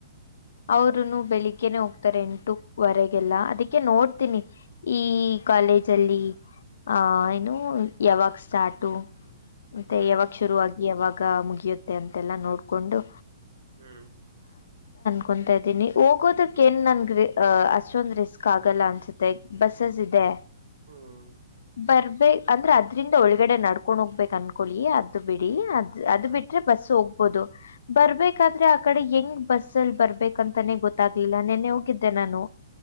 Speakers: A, on the left; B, on the right.
A: ಅವರುನು ಬೆಳಿಗ್ನೆ ಹೋಗ್ತಾರೆ ಎಂಟುವರೆಗೆಲ್ಲ ಅದಕ್ಕೆ ನೋಡ್ತೀನಿ ಈ. ಕಾಲೇಜ್ ಅಲ್ಲಿ ಆಹ ಏನು ಯಾವಾಗ ಸ್ಟಾರ್ಟು. ಮತ್ತೆ
B: ಹ್ಮ್
A: ಯಾವಾಗ ಶುರುವಾಗಿ ಯಾವಾಗ ಮುಗಿಯುತ್ತೆ ಅಂತೆಲ್ಲಾ ನೋಡ್ಕೊಂಡು.
B: ಹ್ಮ್.
A: ಕೊತಾ ಇದ್ದೀನಿ ಹೋಗೋದಕ್ಕ ಏನ್ ನನ್ ಅ ಅಷ್ಟೊಂದ್ ರಿಸ್ಕ್ ಆಗಲ್ಲ ಅನ್ಸುತ್ತೆ ಬಸ್ಸಸ್ ಇದೆ.
B: ಹ್ಮ್.
A: ಬರ್ಬೇಕೇ ಅಂದ್ರೆ ಅದ್ರಿಂದ ಒಳಗಡೆ ನಡ್ಕೊಂಡ್ ಹೋಗ್ಬೇಕು ಅನ್ಕೊಳ್ಳಿ ಅದು ಬಿ. ಅ ಅದು
B: ಹ್ಮ್ ಹ್ಮ್
A: ಬಿಟ್ರೆ ಬಸ್ ಹೋಗ್ಬೋದು ಬರ್ಬೇಕಾದ್ರೆ ಆ ಕಡೆ ಹೆಂಗ್ ಬಸ್ ಅಲ್ಲಿ ಬರ್. ಬೇಕಂತಾನೆ ಗೊತ್ತಾಗ್ಲಿಲ್ಲ ನಿೆನ್ನೆ ಹೋಗಿದ್ದೆ ನಾನು